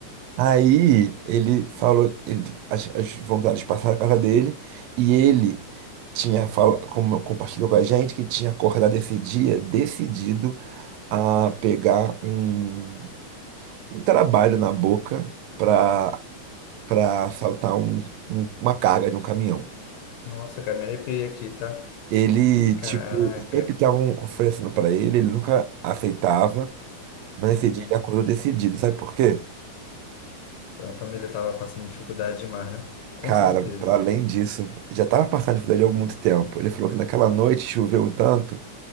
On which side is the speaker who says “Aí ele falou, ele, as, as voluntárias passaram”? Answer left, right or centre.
Right